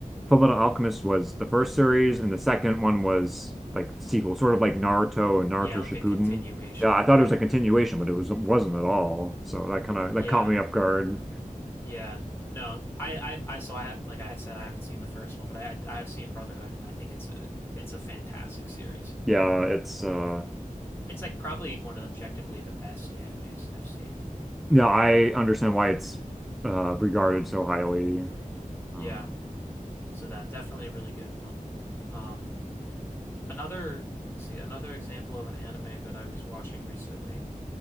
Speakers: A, in the centre; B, on the left (about 15°).
A: Fullmetal Alchemist was the first series, and the second one was like the sequel, sort of like Naruto and Naruto
B: Yeah, like
A: Shippuden.
B: a continuation.
A: Yeah, I thought
B: Yeah,
A: it was a continuation, but it was it wasn't at all. So that kind of
B: yeah,
A: that caught me off guard.
B: yeah. No, I, I, I. So I have, like I said, I haven't seen the first one, but I, I have seen Brotherhood, and I think it's a, it's a fantastic series.
A: Yeah, it's uh
B: It's like probably one of the objectively the best animes I've seen.
A: yeah, I understand why it's uh regarded so highly.
B: Yeah,
A: Um
B: so that definitely a really good one. Um, another, see, another example of an anime that I was watching recently